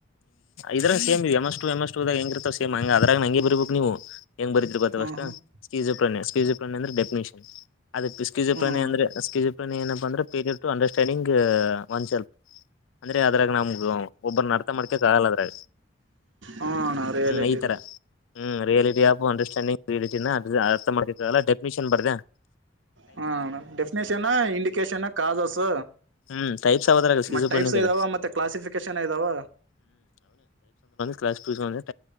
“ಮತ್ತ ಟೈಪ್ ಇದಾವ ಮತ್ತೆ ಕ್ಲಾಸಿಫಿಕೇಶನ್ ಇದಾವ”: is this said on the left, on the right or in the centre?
Right